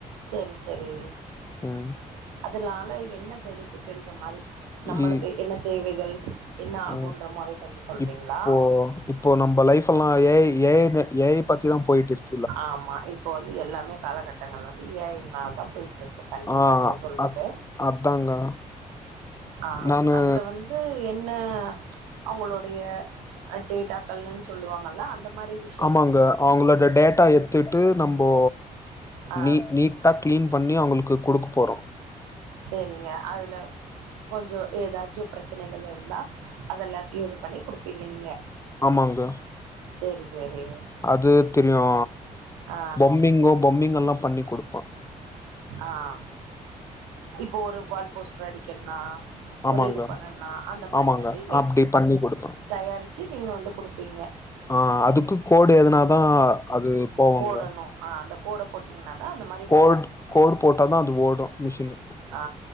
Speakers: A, on the right (about 80°); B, on the left (about 15°).
A: சேரி சேரி
B: ம்
A: அதனால என்ன பெனிஃபிட்டுன்ற மாரி நம்மளுக்கு
B: இ
A: என்ன தேவைகள் என்ன ஆகுன்ற
B: ஆ
A: மொறை கொஞ்சோ சொல்றீங்களா
B: இப்போ இப்போ நம்ப லைஃப்பெல்லா A I A I A I பத்திதா போய்ட்டு இருக்கு
A: ஆமா இப்போ வந்து எல்லாமே காலகட்டங்கள் வந்து ஏ ஐ னாலதா போய்ட்டுருக்கு கண்டிப்பா
B: ஆ
A: நீங்க சொல்றது
B: அ அதாங்க
A: ஆ
B: நானு
A: அதுல வந்து என்ன அவுங்களுடைய அ டேட்டாக்கள்னு சொல்லுவாங்கல்ல அந்த மாரி விஷ்
B: ஆமாங்க அவுங்களோட டேட்டா எடுத்துட்டு நம்போ
A: ஆ
B: நீ நீட் டா க்ளீன் பண்ணி அவுங்களுக்கு குடுக்க போறோ
A: சேரிங்க அதுல கொஞ்சோ எதாச்சு ப்ரெச்சனைகள் இருந்தா அத எல்லாத்தையு இது பண்ணி குடுப்பீங்க நீங்க
B: ஆமாங்க
A: சேரி சேரி
B: அது தெரியு
A: ஆ
B: பொம்மிங்கோ பொம்மிங்கல்லா பண்ணி குடுப்பா
A: ஆங் இப்போ ஒரு வால்போஸ்ட்ரு அடிக்கணுன்னா
B: ஆமாங்க
A: ஒரு இது பண்ணனுனா அந்த மாரி
B: ஆமாங்க
A: வந்து
B: அப்டி பண்ணி குடுப்பே
A: தயாரிச்சு நீங்க வந்து குடுப்பீங்க
B: ஆ அதுக்கு கோடு எழுதுனாதா அது போவுங்க
A: போடணு அ அந்த கோட போட்டீங்கன்னாதா அந்த மாரி
B: கோட்
A: வரு
B: கோடு போட்டா தா அது ஓடு மிஷினு
A: ஆ